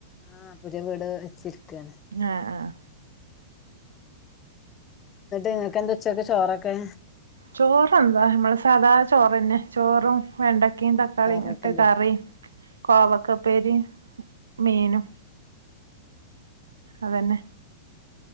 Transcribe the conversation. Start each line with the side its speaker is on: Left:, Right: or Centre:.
Left: ആഹ് പുതിയ വീട് വെച്ചിരിക്കാണ്
Right: ആഹ് ആഹ്
Left: എന്നിട്ട് നിങ്ങക്ക് എന്താ ഉച്ചക്ക്‌ ചോറൊക്കെ
Right: ചോറ് എന്താ നമ്മളെ സാധാ ചോറന്നെ ചോറും വെണ്ടക്കയും തക്കാ
Left: കറിയൊക്കെ
Right: ളി ഇട്ട്
Left: എന്തെ
Right: കറിയും കോവക്കപ്പേരി മീനും അതന്നെ